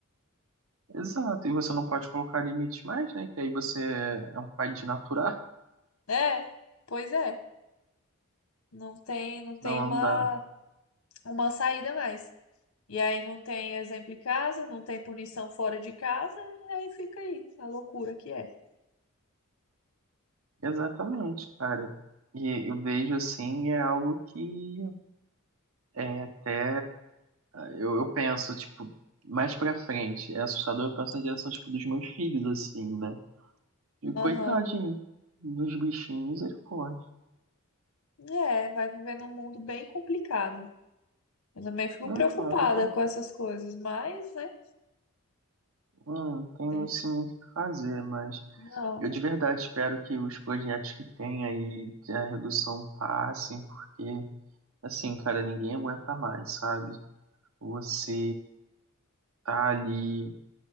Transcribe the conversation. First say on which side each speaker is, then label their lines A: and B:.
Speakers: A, on the right; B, on the left.
A: exato. E você não pode colocar limites mais, né? Que aí você é um pai de natural.
B: É, pois é. Não tem, não tem
A: Não
B: uma,
A: dá.
B: uma saída mais. E aí não tem exemplo em casa, não tem punição fora de casa, aí fica aí, a loucura que é.
A: Exatamente, cara. E eu vejo assim, é algo que É até. Eu, eu penso, tipo, mais pra frente. É assustador, eu penso na direção, tipo, dos meus filhos, assim, né? E coitadinho
B: Aham.
A: dos bichinhos, ele pode.
B: É, vai viver num mundo bem complicado. Eu também fico
A: Não,
B: preocupada
A: claro, eu, po-
B: com essas coisas, mas, né,
A: não tenho
B: tem.
A: isso muito o que fazer, mas
B: Não.
A: eu de verdade espero que os projetos que tem aí a redução passem, porque, assim, cara, ninguém aguenta mais, sabe? Você tá ali